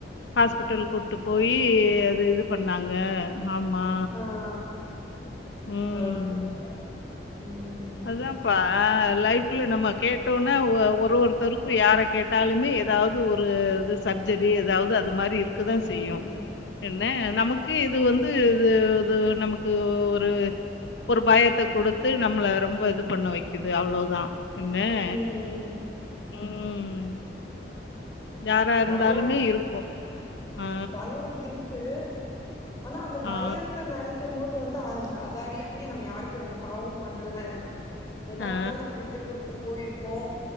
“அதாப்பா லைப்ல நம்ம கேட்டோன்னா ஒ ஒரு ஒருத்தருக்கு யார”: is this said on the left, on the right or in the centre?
Left